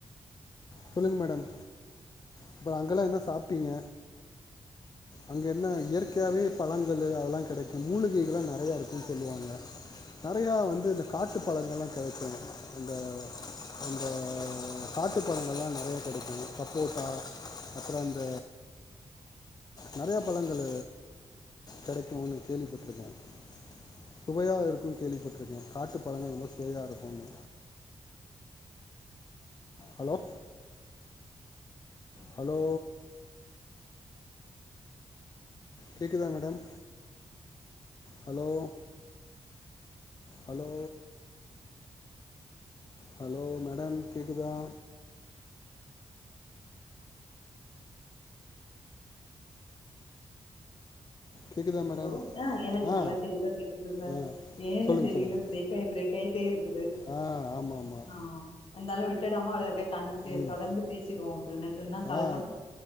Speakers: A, on the left; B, on the left.
A: சொல்லுங்க மேடம். அப்புறோ அங்கல்லாம் என்ன சாப்பிட்டீங்க. அங்க என்ன இயற்கையாவே பழங்களு அதெல்லாம் கிடைக்கும் மூலிகைகள்ல்லாம் நறைய இருக்கும்ன்னு சொல்லுவாங்க. நறைய வந்து இந்த காட்டு பழங்கள் எலாம் கெடைக்கும் அந்த காட்டு பழங்கள் எலாம் நறைய கெடைக்கும் சப்போட்டா அப்புறோ அந்த. நறையா பழங்கள் கிடைக்கும்னு கேள்விப்பட்டிருக்கேன். சுவையா இருக்கும் கேள்விப்பட்டிருக்கேன் காட்டு பழங்கள் ரொம்ப சுவையாக இருக்கும்னு. ஹலோ. ஹலோ. கேக்குதா madam hello. Hello. Hello madam கேக்குதா. கேட்குதா மேடம்
B: ஹலோ ஆ எனக்கு நல்லா
A: ஆ
B: தெளிவா கேக்குது சார்
A: ஆ
B: ஏன்னு
A: சொல்லுங்கள்
B: தெரியல
A: சொல்லுங்கள்
B: பிரேக்காய் பிரேக்காய். போயிட்டேருக்கு க்து
A: ஆ ஆமாம் ஆமாம்
B: ஆஹ் இந்தாலும் விட்டுடாம அப்டி கன்ட்
A: ம்
B: தொடர்ந்து பேசிடுவோம் அப்படின்னுட்டு தான் கால்
A: ஆ
B: பண்ண